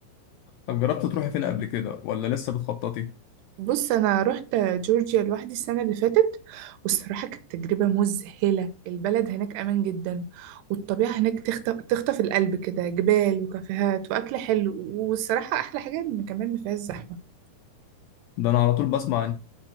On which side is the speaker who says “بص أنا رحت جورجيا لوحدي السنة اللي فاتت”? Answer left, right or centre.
Right